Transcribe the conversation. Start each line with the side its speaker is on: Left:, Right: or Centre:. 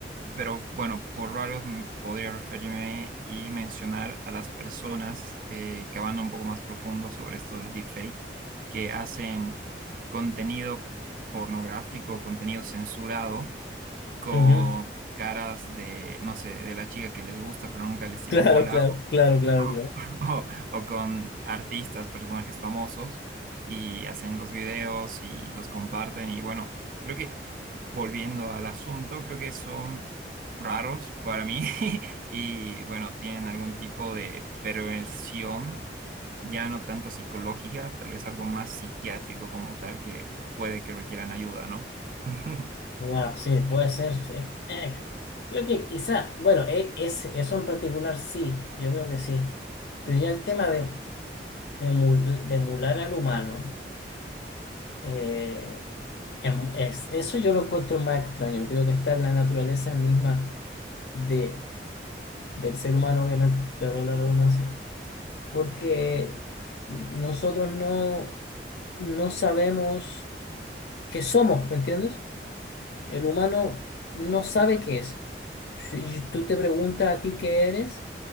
Right: Pero bueno, por raros me- podría referirme y mencionar a las personas eh, que van un poco más profundo sobre esto del deepfake, que hacen contenido pornográfico, contenido censurado, con
Left: ujú.
Right: caras de, no sé, de la chica que les gusta, pero nunca les tiró
Left: Claro,
Right: bola,
Left: claro, claro, claro,
Right: o,
Left: claro.
Right: <laughs> o o con artistas, personajes famosos, y hacen los videos y los comparten. Y bueno, creo que volviendo al asunto, creo que son raros para mí <laughs> y bueno, tienen algún tipo de perversión, ya no tanto psicológica, tal vez algo más psiquiátrico como tal, que puede que requieran ayuda, ¿no? <laughs>
Left: Ya, sí, puede ser. sí. eh, eh, creo que quizá, bueno, e- ese- eso en particular sí, yo creo que sí. Pero ya el tema de, de, emul- de emular al humano, eh, em- es, eso yo lo encuentro más extraño. Creo que está en la naturaleza misma de, del ser humano, obviamente, perdón la redundancia, porque nosotros no, no sabemos qué somos, ¿me entiendes? El humano no sabe qué es. Si tú te preguntas a ti qué eres,